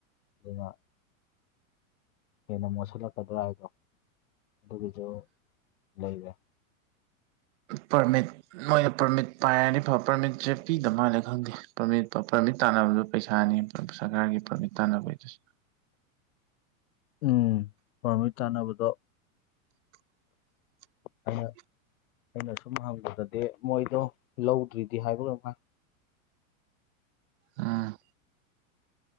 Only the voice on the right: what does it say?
ꯄꯔꯃꯤꯠ ꯃꯣꯏꯅ ꯄꯔꯃꯤꯠ ꯄꯥꯏꯔꯗꯤ ꯐ ꯄꯔꯃꯤꯠꯁꯦ ꯄꯤꯗ ꯃꯥꯜꯂꯦ ꯈꯪꯗꯦ ꯄꯔꯃꯤꯠ ꯄꯔꯃꯤꯠ ꯇꯥꯟꯅꯕꯗꯣ ꯄꯩꯁꯥꯅꯦꯕ꯫ ꯁꯔꯀꯥꯔꯒꯤ ꯄꯔꯃꯤꯠ ꯇꯥꯟꯅꯕꯒꯤꯗꯁꯨ꯫
<unintelligible>
ꯎꯝ